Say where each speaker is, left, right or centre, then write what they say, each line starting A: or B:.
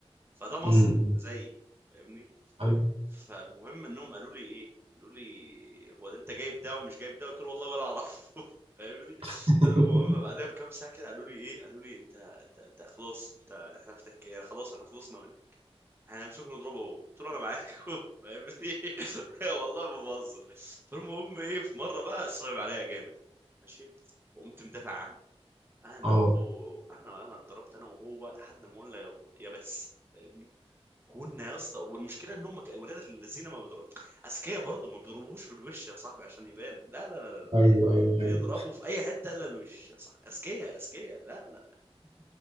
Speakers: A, on the right; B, on the right.
A: فده مصري
B: أمم،
A: زيي فاهمني
B: حلو
A: فالمهم إنهم قالوا لي إيه قالوا لي هو ده أنت جايب ده ومش جايب ده قلت له والله ولا أعرف <laughs> فاهمني
B: <laughs>
A: المهم بعدها بكام ساعة كده قالوا لي إيه قالوا لي أنت أنت, انت خلاص أنت إحنا فتك يعني خلاص إحنا خلصنا منك هنمسكه نضربه هو قلت له انا معاكم <laughs> فاهمني <laughs> والله ما بهزر فالمهم ايه في مره بقى صعب عليا جامد ماشي وقمت مدافع عنه انا
B: اه
A: وهو انا انا اتضربت انا وهو لحد ما قلنا يا بو- يا بس فاهمني كنا يا اسطى والمشكله ان هم ك- ولاد الذين ما بيضربوا اذكياء برضه ما بيضربوش في الوش يا صاحبي عشان يبان لا لا لا لا لا
B: ايوه
A: لا.
B: ايوه فاهم
A: يضربوا في اي حته الا الوش يا صاحبي اذكياء اذكياء لا لا